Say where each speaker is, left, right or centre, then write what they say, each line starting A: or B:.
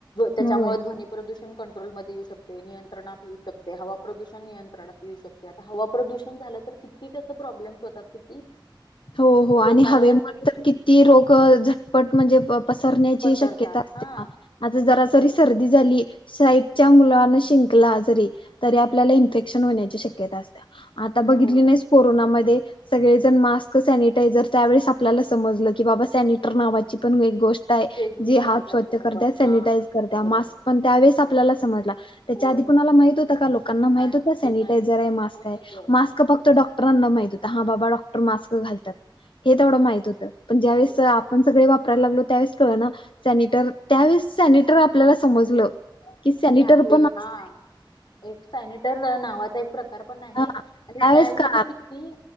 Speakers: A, on the left; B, on the left.
A: त्याच्यामुळं
B: होय
A: ध्वनी प्रदूषण कंट्रोलमध्ये येऊ शकतय. नियंत्रात येऊ शकतय. हवा प्रदूषण नियंत्रणात येऊ शकतय. आता हवा प्रदूषण झालं तर, किती? त्याच प्रॉब्लेम्स होतात. किती?
B: हो, हो.
A: लोकांवर
B: आणि हवेमुळे
A: ते
B: तर की ती रोगं झटपट म्हणजे, पसरण्याची
A: पसरतात
B: शक्यता असते
A: हा
B: ना. आता जराजरी सर्दी झाली. साईटच्या मुलान, शिंकला जरी तरी आपल्याला इन्फेक्शन होण्याची शक्यता असत्या. आता बघितली
A: हो
B: नाहीस, कोरोनामध्ये. सगळेजण मास्क सॅनिटायझर. त्यावेळेस आपल्याला समजलं की बाबा, सॅनिटर नावाची पण एक गोष्ट य.
A: पेज
B: जे
A: बरोबर
B: हात स्वच्छ
A: बरोबर
B: करत्या. सॅनिटाईज
A: हा
B: करत्या.
A: बरोबर
B: मास्क पण त्यावेळेस आपल्याला समजला. त्याच्या
A: होय
B: आधी कुणाला? माहित होतं का? लोकांना माहित
A: नाही
B: होत सॅनिटायझरय?
A: नाही
B: मास्कय?
A: होय ग
B: मास्क क फक्त डॉक्टराना माहित होत. हा बाबा, डॉक्टर मास्क घालत्यात. हे तेवढं
A: हम्म
B: माहित होतं. पण ज्यावेेळेस
A: बरोबर आहे
B: आपण सगळे वापरायला लागलो. त्यावेळेस कळना, सॅनिटर. त्यावेळेस सॅनिटर आपल्याला समजलं. कि, सॅनिटर
A: हे आहे
B: पण अस
A: हा एक सॅनेटर नावाचा एक प्रकार पण आहे.
B: हा
A: आणि
B: त्यावेळेस
A: त्यावेळी
B: कळालं
A: तो कित ती,